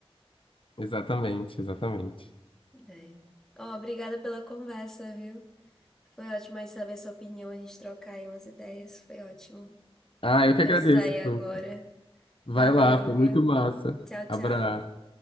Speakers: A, on the left; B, in the centre.
A: Exatamente, exatamente.
B: É. Ó, obrigada pela conversa, viu? Foi ótimo aí saber sua opinião, a gente trocar aí umas ideias, foi ótimo.
A: Ah,
B: Eu
A: eu
B: vou
A: que
B: precisar
A: agradeço.
B: ir agora.
A: Foi- Vai
B: Valeu,
A: lá, foi
B: viu?
A: muito massa.
B: Tchau,
A: Abraço.
B: tchau.